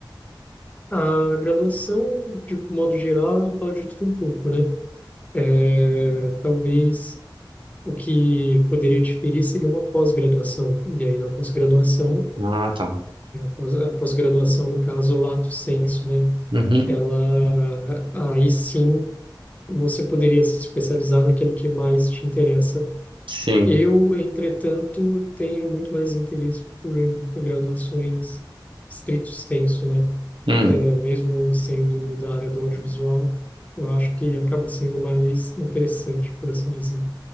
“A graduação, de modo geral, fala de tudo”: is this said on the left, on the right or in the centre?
Left